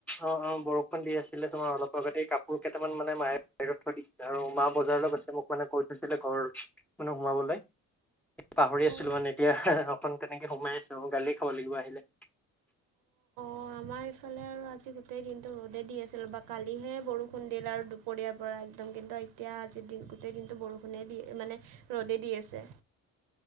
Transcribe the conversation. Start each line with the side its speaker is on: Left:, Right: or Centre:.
Centre: অ', অ', বৰষুণ দি আছিলে তোমাৰ অলপ আগতে কাপোৰ কেইটামান মানে মায়ে বাহিৰত থৈ দিছিলে আৰু মা বজাৰলৈ গৈছে মোক মানে কৈ থৈছিলে ঘৰ মানে সোমাবলে পাহৰি আছিলো
Right: অঁ
Centre: মানে এতিয়া অকণ তেনেকে সোমাই আছো গালিয়ে খাব লাগিব আহিলে
Right: অ আমাৰ ইফালে আৰু আজি গোটেই দিনটো ৰ'দে দি আছিল ৰবা কালিহে বৰষুণ দিলে আৰু দুপ দুপৰিয়াৰ পৰা একদম কিন্তু এতিয়া আজিৰ দিন গোটেই দিনটো বৰষুণে দিয়ে মানে ৰ'দেই দি আছে